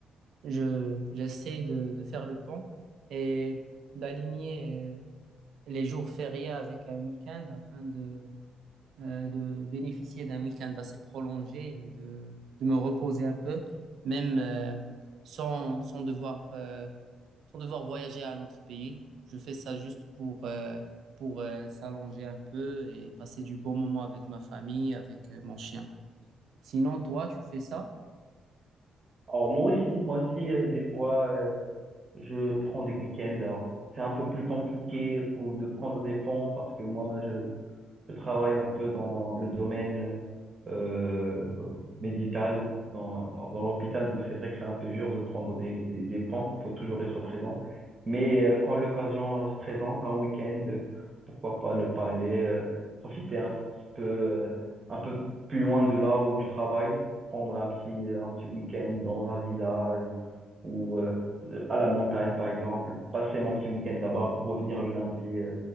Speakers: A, on the right; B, on the right.
A: Je, j'essaie de, de faire le pont et d'aligner euh, les jours fériés avec un week-end afin de, euh, de bénéficier d'un week-end assez prolongé et de, de me reposer un peu, même euh, sans, sans devoir, euh, sans devoir voyager à un autre pays. Je fais ça juste pour, euh, pour euh, s'allonger un peu et passer du bon moment avec ma famille, avec euh, mon chien. Sinon, toi, tu fais ça?
B: Alors moi aussi, moi aussi, euh, des fois, euh, je prends des week-ends. Alors c'est un peu plus compliqué pour, de prendre des ponts parce que moi, je, Je travaille un peu dans le domaine euh, médical, dans, dans, dans l'hôpital, donc c'est vrai que c'est un peu dur de prendre des, des, des pans, faut toujours être présent. Mais euh, quand l'occasion euh, se présente, un week-end, euh, pourquoi pas ne pas aller euh, profiter un petit peu, euh, un peu plus loin de là où je travaille, prendre un petit, un petit week-end dans un village ou, ou euh, à la montagne par exemple, passer mon petit week-end là-bas pour revenir le lundi, euh,